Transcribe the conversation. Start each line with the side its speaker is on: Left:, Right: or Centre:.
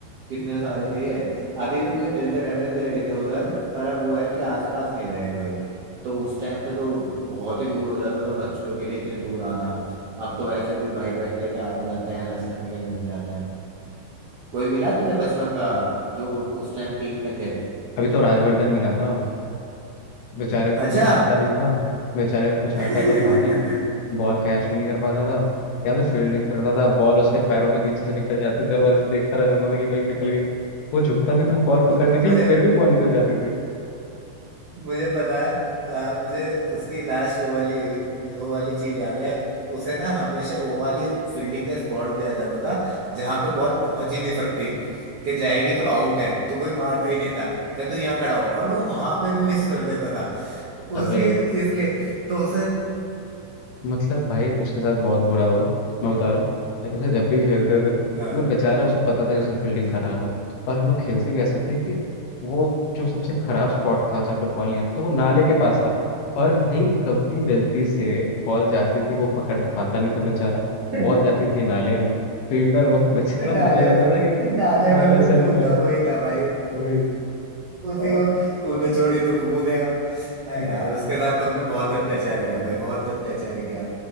Right: कितने सारे थे अभी भी मुझे मिलते रहते थे इधर उधर पर अब वो है कि आसपास नहीं रहे कोई तो उस टाइम पे तो बहुत ही दूर हो जाता था बच्चों के लिए इतने दूर आना अब तो वैसे भी बाइक वाइक लेके आ जाते हैं रास्ते में क्या मिल जाते हैं कोई मिला तुझे बचपन का जो उस टाइम टीम में थे
Left: अभी तो राजवर्धन मिला था बेचारे को
Right: अच्छा
Left: कुछ आता नहीं था बेचारे को कुछ
Right: <laughs>
Left: आता तो था नहीं बॉल कैच भी नहीं कर पाता था या तो फील्डिंग करता था बॉल उसके पैरों के नीचे से निकल जाती थी और वो ऐसे देखता रह जाता था कि भाई निकल गई वो झुकता भी था बॉल पकड़ने
Right: मुझे
Left: के लिए फिर भी बॉल निकल जाती थी
Right: मुझे पता है अ, मुझे उसकी लास्ट वो वाली वो वाली चीज याद है उसे ना हमेशा वो वाली फील्डिंग का स्पॉट दिया जाता था जहां पे बॉल पहुंच ही नहीं सकती कि जाएगी तो आउट है तो कोई मारता ही नहीं था कि तू यहाँ खड़ा हो और वो वहां पे भी मिस कर देता था
Left: अबे
Right: उसकी इसलिए तो उसे
Left: मतलब भाई उसके साथ बहुत बुरा हुआ मैं बता रहा हूँ भाई उसे जब भी खेलते थे मतलब
Right: <laughs>
Left: बेचारा उसे पता था कि उसकी फील्डिंग खराब
Right: हाँ
Left: है और हम लोग खेलते भी ऐसे थे कि वो जो सबसे खराब स्पॉट था जहाँ पे बॉल नहीं आता था वो नाले के पास था और भाई कभी गलती से बॉल जाती थी वो पकड़ तो पाता नहीं था बेचारा
Right: नाले
Left: बॉल जाती थी नाले में फील्डर वो <laughs> बेचारा
Right: में भी
Left: मुझे लगता था कि
Right: नाले
Left: नाले
Right: में भी
Left: से
Right: कूदता
Left: निकाल रहा
Right: वही
Left: है
Right: था भाई
Left: वही
Right: उसी
Left: और
Right: को तूने छोड़ी तू कूदेगा अरे
Left: हाँ,
Right: यार उसके साथ तुमने बहुत अत्याचार किया भाई बहुत अत्याचार किया